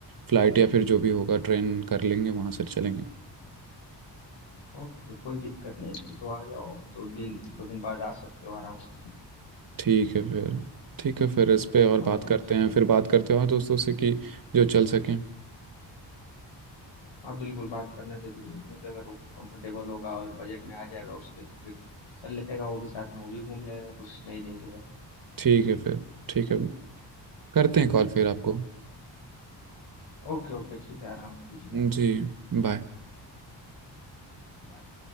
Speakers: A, on the right; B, on the left.
A: फ्लाइट या फिर जो भी होगा ट्रेन कर लेंगे वहाँ से चलेंगे
B: ओके कोई दिक्कत नहीं है फिर तो आ जाओ दो दिन दो दिन बाद आ सकते हो आराम से
A: ठीक है फिर ठीक है फिर इस पे और
B: हाँ
A: बात करते
B: अच्छा
A: हैं
B: है
A: फिर बात
B: हम्म।
A: करते हैं और दोस्तों से कि जो चल सकें
B: हाँ बिल्कुल बात करना जरूरी है क्योंकि अगर वो कंफर्टेबल होगा और बजट में आ जाएगा उसके तो फिर चल लेगा वो भी साथ में वो भी घूम लेगा कुछ नई नई जगह
A: ठीक है फिर ठीक है करते हैं कॉल फिर आपको
B: ओके ओके ठीक है आराम कीजिए आप
A: जी बाय
B: बाय